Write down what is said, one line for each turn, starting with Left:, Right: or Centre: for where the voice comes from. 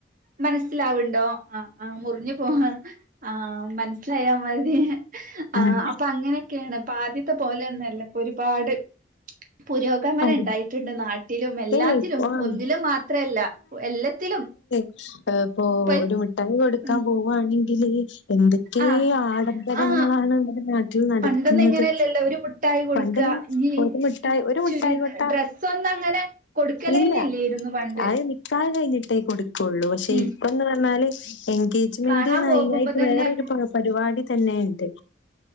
Right: മനസ്സിലാവ്ണ്ടോ ആഹ് ആഹ് മുറിഞ്പോവാ ആഹ് മനസ്സിലായമതി ആഹ്
Left: ഉം
Right: അപ്പൊ അങ്ങനെയൊക്കെയാണ് ഇപ്പ ആദ്യത്തെ പോലൊന്നുല്ലപ്പൊ ഒരുപാട് പുരോഗമനം
Left: അതെ
Right: ഇണ്ടായിട്ടുണ്ട് നാട്ടിലും എല്ലാത്തിലും
Left: ഏയ് ആഹ്
Right: ഒന്നിലും മാത്രല്ല എല്ലത്തിലും.
Left: ഏഹ് ഇപ്പൊ
Right: ഇപ്പ
Left: ഒരുമിഠായി കൊടുക്കാൻ
Right: ഉം
Left: പോവാണെങ്കില് എന്തൊക്കെ
Right: ആ
Left: ആഡംബരങ്ങളാണ്
Right: ആ
Left: ന്നാ ട്ടില് നടക്ക്ന്നത്
Right: പണ്ടൊന്നും ഇങ്ങനെയല്ലല്ലോ ഒരു മുട്ടായി കൊടുക്ക
Left: പണ്ട്ങ്
Right: ഇനി
Left: ഒരുമിട്ടായി ഒരുമി
Right: ചുരി
Left: ട്ടായി കൊട്ട
Right: ഡ്രസ്സൊന്നും അങ്ങനെ കൊടുക്കലന്നെ
Left: ഇല്ല
Right: ഇല്ലേരുന്നു പണ്ട്
Left: അഹ് നിക്കാഹ് കഴിഞ്ഞിട്ടേ കൊട്ക്കൊള്ളു പക്ഷെ
Right: ഉം
Left: ഇപ്പംന്ന് പറഞ്ഞാല് എങ്കെ ജ്മെന്റ്
Right: കാണാൻ പോകുമ്പോ
Left: അയ്നായിട്ട്
Right: തന്നെ
Left: വേറൊരു പ പരിപാടി തന്നെണ്ട്.